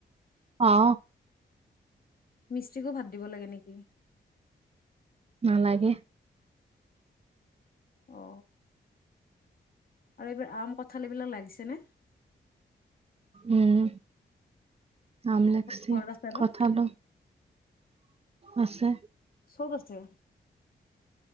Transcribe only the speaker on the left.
মিস্ত্ৰীকো ভাত দিব লাগে নেকি?
অ। আৰু এইবাৰ আম, কঠাল এইবিলাক লাগিছেনে?
ঘৰত আছে
ন
চব আছে।